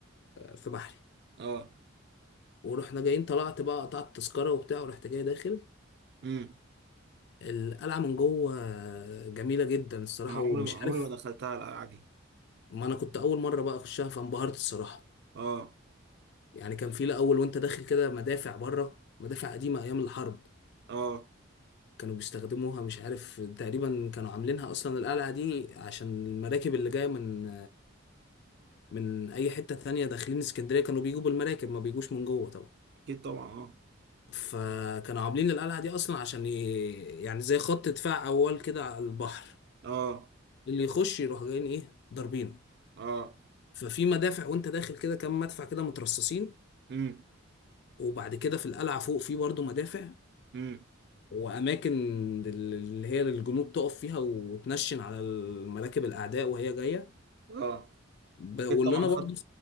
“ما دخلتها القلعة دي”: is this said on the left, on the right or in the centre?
Right